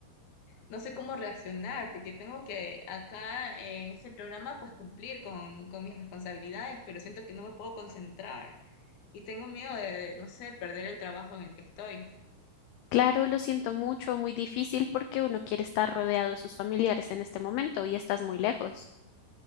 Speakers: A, on the left (about 55°); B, on the left (about 80°).
A: no sé cómo reaccionar porque tengo que acá en este programa pues cumplir con, con mis responsabilidades, pero siento que no me puedo concentrar y tengo miedo de, de, no sé, perder el trabajo en el que estoy.
B: Claro, lo siento mucho, muy difícil porque uno quiere estar rodeado de sus familiares en este momento y estás muy lejos.